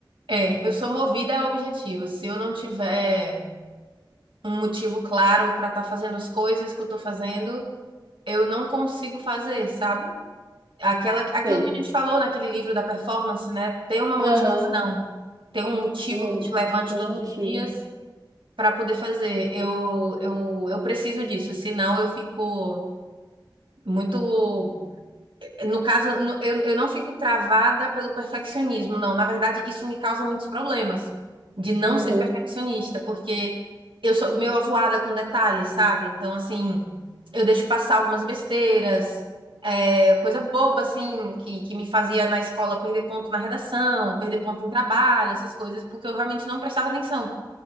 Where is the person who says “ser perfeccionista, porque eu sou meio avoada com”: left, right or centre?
Right